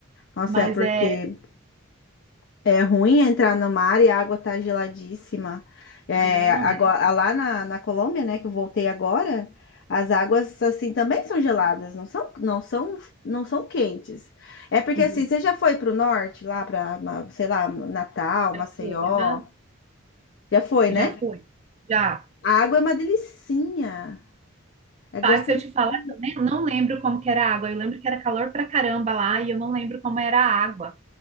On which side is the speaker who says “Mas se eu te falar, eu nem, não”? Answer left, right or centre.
Right